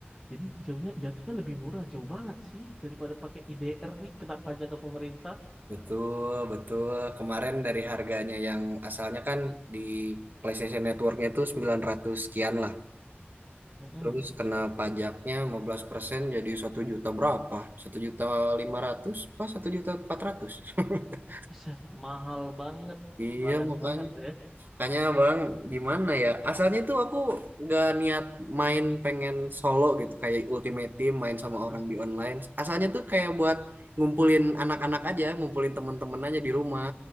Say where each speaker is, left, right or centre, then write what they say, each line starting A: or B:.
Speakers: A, in the centre; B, on the right.
A: Jadi jauhnya jatuhnya lebih murah, jauh banget sih daripada pakai IDR nih kena pajak ke pemerintah.
B: betul, betul. Kemarin dari harganya yang asalnya kan di PlayStation Networknya itu 900 sekian lah.
A: Mm-mm.
B: Terus kena pajaknya 15%, jadi satu juta berapa? Satu juta lima ratus, Pas satu juta empat ratus. <laughs>
A: Set, mahal banget,
B: Iya
A: banget
B: makanya.
A: banget ya.
B: Makanya Bang gimana ya? Asalnya itu aku nggak niat main pengen solo gitu kayak Ultimate Team main sama
A: Heeh.
B: orang di online. Asalnya tuh kayak buat ngumpulin anak-anak aja, ngumpulin temen-temen aja di rumah.